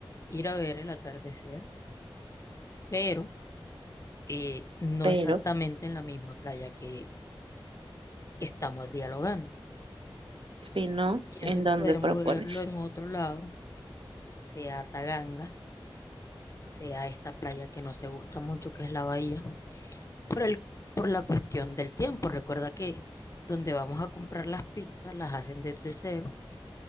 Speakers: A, on the left; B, on the right.
A: ir a ver el atardecer, pero eh, no
B: pero
A: exactamente en la misma playa que que estamos dialogando
B: si no,
A: Pienso
B: ¿en
A: que
B: dónde
A: podemos
B: propones?
A: verlo en otro lado, sea a Taganga, sea a esta playa que no te gusta mucho, que es la bahía, por el, por la cuestión del tiempo. Recuerda que donde vamos a comprar las pizzas las hacen desde cero,